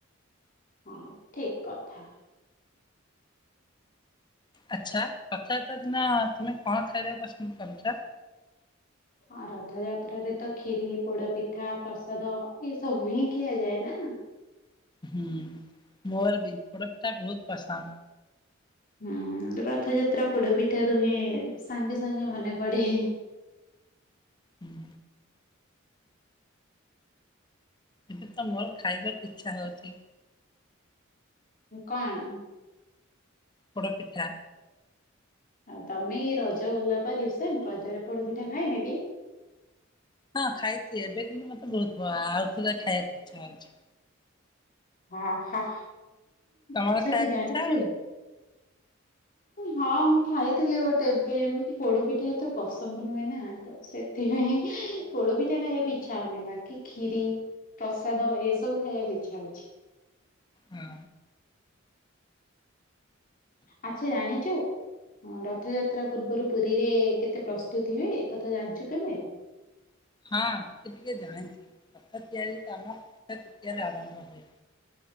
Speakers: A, on the left; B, on the left.
A: ହଁ ଠିକ କଥା।
B: ଆଚ୍ଛା ରଥ ଯାତ୍ରା ଦିନ ତୁମେ କଣ ଖାଇବାକୁ ପସନ୍ଦ କରୁଛ।
A: ଆ ରଥଯାତ୍ର ରେ ତ ଖିରି ପୋଡ ପିଠା ପ୍ରସାଦ ଏସବୁ ହିଁ ଖିଆଯାଏ ନା।
B: ହୁଁ ମୋର ବି ପୋଡ଼ ପିଠା ବହୁତ ପସନ୍ଦ।
A: ହୁଁ ରଥଯାତ୍ରା ପୋଡ ପିଠା ରୁହେ ସାଙ୍ଗେ ସାଙ୍ଗେ ମନେ ପଡେ।
B: ହୁଁ ଏବେ ତ ମୋର ଖାଇବାକୁ ଇଚ୍ଛା ହଉଛି।
A: କଣ?
B: ପୋଡ଼ ପିଠା।
A: ଆଉ ତମେ ଏ ରଜ ଗଲା ପା ରିସେଣ୍ଟ ରଜରେ ପୋଡ ପିଠା ଖାଇ ନ କି।
B: ହଁ ଖାଇଛି ଏବେ କିନ୍ତୁ ମତେ ବହୁତ ଭ ଆଉଥରେ ଖାଇବାକୁ ଇଚ୍ଛା ହଉଛି।
A: ହ ହ
B: ତମର
A: ଆଚ୍ଛା
B: ଖାଇବାକୁ
A: ତୁ ଜାଣିୁଛୁ।
B: ଇଚ୍ଛା ହଉନି?
A: ହଁ ମୁଁ ଖାଇଥିଲି ବଟ ଏବେ ଏମତି ପୋଡ ପିଠା ଏତେ ପସନ୍ଦ ନୁହେଁ ନା ତ ସେ ସେଥିପାଇଁ ପୋଡପିଠା ଖାଇବାକୁ ଇଚ୍ଛା ହଉନି ବାକି ଖୀରି ପ୍ରସାଦ ଏସବୁ ଖାଇବାକୁ ଇଚ୍ଛା ହଉଛି।
B: ହଁ।
A: ଆଚ୍ଛା ଜାଣିଛୁ। ହଁ ରଥଯାତ୍ରା ପୂର୍ବରୁ ପୁରୀରେ କେତେ ପ୍ରସ୍ତୁତି ହୁଏ ଏକଥା ଜାଣିଛୁ କି ନାଇଁ।
B: ହଁ ଟିକେ ଟିକେ ଜାଣିଛି ରଥ ତିଆରି କାମ ଅକ୍ଷୟ ତୃତୀୟରେ ଆରମ୍ଭ ହୁଏ।